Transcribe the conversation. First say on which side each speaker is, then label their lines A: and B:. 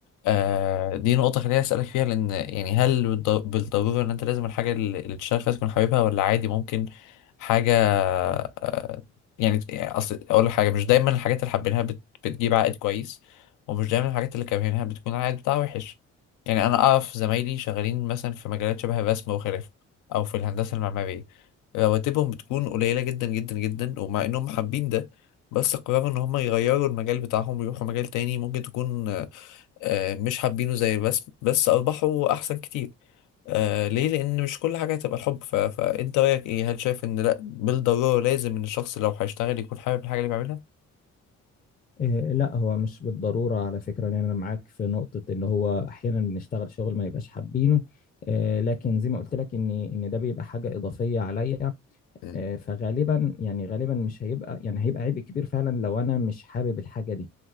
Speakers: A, on the left (about 85°); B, on the left (about 30°).
A: آه دي نقطه خليني اسالك فيها لان يعني هل بالض- بالضروره ان انت لازم الحاجه اللي اللي تشتغل فيها تكون حاببها ولا عادي ممكن حاجه آه يعني اصل اقول لك حاجه مش دايما الحاجات اللي حابينها بت- بتجيب عائد كويس ومش دايما الحاجات اللي كارهينها بتكون العائد بتاعها وحش يعني انا اعرف زمايلي شغالين مثلا في مجالات شبه الرسم وخلافه او في الهندسه المعماريه رواتبهم بتكون قليله جدا جدا جدا ومع انهم حابين ده بس قرروا ان هم يغيروا المجال بتاعهم ويروحوا مجال تاني ممكن تكون آه، آه، مش حابينه زي الرسم بس ارباحه احسن كتير آه ليه لان مش كل حاجه هتبقى الحب ف... فانت رايك ايه هل شايف ان لا بالضروره لازم ان الشخص لو هيشتغل يكون حابب الحاجه اللي بيعملها
B: آه، لا هو مش بالضرورة على فكرة يعني انا معاك في نقطة ان هو احيانا بنشتغل شغل ما نبقاش حابينه آه، لكن زي ما قلت لك ان ان ده بيبقى حاجة اضافية عليا
A: مم،
B: آه، فغالبا يعني غالبا مش هيبقى يعني هيبقى عبء كبير فعلا لو انا مش حابب الحاجه دي